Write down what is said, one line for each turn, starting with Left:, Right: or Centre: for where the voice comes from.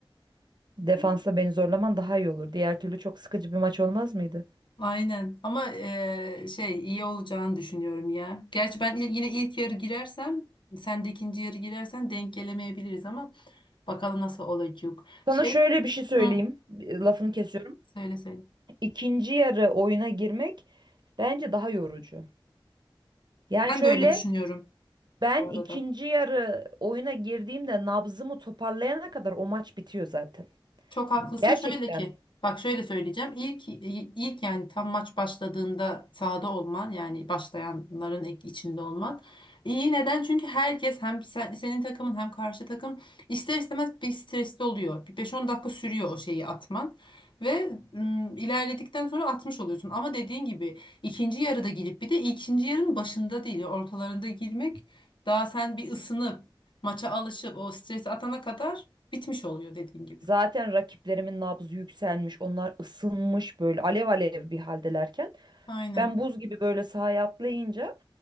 Right: Defansa
Left: <laughs>
Right: beni zorlaman daha iyi olur. Diğer türlü çok sıkıcı bir maç olmaz mıydı?
Left: Aynen ama eee, şey iyi olacağını düşünüyorum ya. Gerçi ben y- yine ilk yarı girersem sen de ikinci yarı girersen denk gelemeyebiliriz ama bakalım nasıl olacak.
Right: Sana
Left: Şey
Right: şöyle bir şey söyleyeyim.
Left: hı,
Right: e, Lafını kesiyorum.
Left: söyle söyle.
Right: İkinci yarı oyuna girmek bence daha yorucu. Yani
Left: Ben
Right: şöyle
Left: de öyle düşünüyorum
Right: ben
Left: bu arada.
Right: ikinci yarı oyuna girdiğimde nabzımı toparlayana kadar o maç bitiyor zaten.
Left: Çok haklısın.
Right: Gerçekten.
Left: Şöyle ki, bak şöyle söyleyeceğim. İlk ilk yani tam maç başladığında sahada olman, yani başlayanların ek- içinde olman iyi. Neden? Çünkü herkes hem sen- senin takımın hem karşı takım ister istemez bir stresli oluyor. Bir beş on dakika sürüyor o şeyi atman ve ım, ilerledikten sonra atmış oluyorsun. Ama dediğin gibi ikinci yarıda girip bir de ikinci yarının başında değil, ortalarında girmek daha sen bir ısınıp maça alışıp o stresi atana kadar bitmiş oluyor dediğin gibi.
Right: Zaten rakiplerimin nabzı yükselmiş. Onlar ısınmış böyle alev alev bir haldelerken.
Left: Aynen.
Right: Ben buz gibi böyle sahaya atlayınca